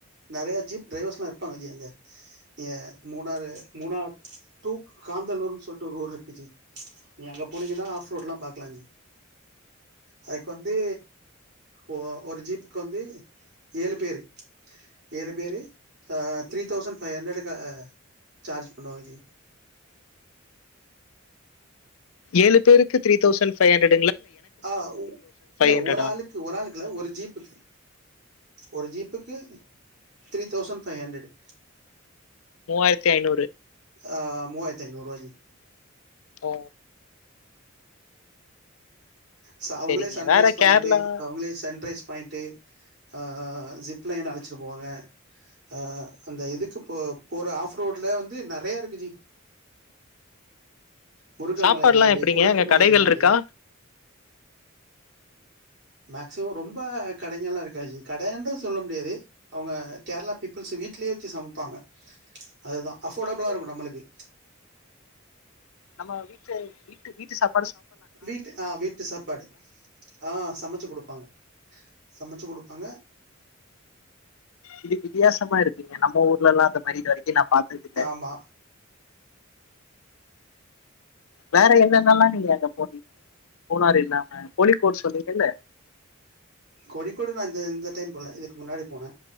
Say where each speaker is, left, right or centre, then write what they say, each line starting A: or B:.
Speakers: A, on the right (about 55°); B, on the left (about 80°).
A: நெறையா ஜீப் ட்ரைவர்ஸ்லா இர்ப்பாங்க ஜி அங்கே நீங்க மூணாரு மூணா டூ காந்தலூர்னு சொல்ட்டு ஒரு ஊர்ருக்கு ஜி நீ அங்க போனீங்கனா ஆஃப் ரோட்லா பாக்லா ஜி அதுக்கு வந்து ஒ ஒரு ஜீப் வந்து ஏழு பேரு ஏழு பேரு த்ரீ தௌசண்ட் ஃபை ஹண்ரடுக்க அ சார்ஜ் பண்ணுவாங்க ஜி
B: ஏழு பேருக்கு த்ரீ தௌசண் ஃபை ஹண்ரட்
A: அ உ இல்ல
B: ஹண்ட்ரடா
A: ஒரு ஆளுக்கு ஒரு ஆளுக்குல ஒரு ஜீப்புக்கு ஒரு ஜீப்புக்கு த்ரீ தௌசண் ஃபை ஹண்ரட்டு
B: மூவாயிரத்தி ஐநூறு
A: அ மூவாயர்த்தி ஐநூறுவா ஜி
B: அ
A: ச அவுங்குளே
B: சரிங்க
A: சன்ரைஸ்
B: வேற
A: பாயிண்ட்டு
B: கேரளா
A: அவுங்குளே சன்ரைஸ் பாயிண்ட்டு ஆ ஜிப்லைன் அலச்சிட்டு போவாங்க அ அந்த இதுக்கு போ போற ஆஃப் ரோட்ல வந்து நிறையா இருக்கு ஜி முருக
B: சாப்பாட்ல்லா
A: மல இருக்குது
B: எப்டிங்க
A: கொழுக்கு
B: அங்க
A: மல
B: கடைகள்
A: இருக்குது
B: இருக்கா
A: மேக்சிமம் ரொம்ப கடைங்கல்லா இருக்காஜி கடன்டு சொல்ல முடியாது அவுங்க கேர்ளா பீப்புள்ஸ் வீட்லே வச்சி சமப்பாங்க அதுதா அஃபோடபுளா
B: ஓ,
A: இருக்கு நம்மளுக்கு
B: நம்ம வீட்டு வீட்டு வீட்டு சாப்
A: வீட்டு அ வீட்டு சாப்பாடு ஆ சமச்சு குடுப்பாங்க சம ச்சு குடுப்பாங்க
B: இது வித்யாசமா இருக்குங்க நம்ம ஊர்லல்லா அந்த மாரி இது வரக்கி நா பாத்ததில்ல
A: ஆமா
B: வேற என்னென்னல்லா நீங்க அங்க போனீங் முனாரு இல்லாம கோழிக்கோட் சொன்னீங்கல்ல
A: கோழக்கோடு நா இந்த இந்த டைம் போல இதுக்கு முன்னாடி போனே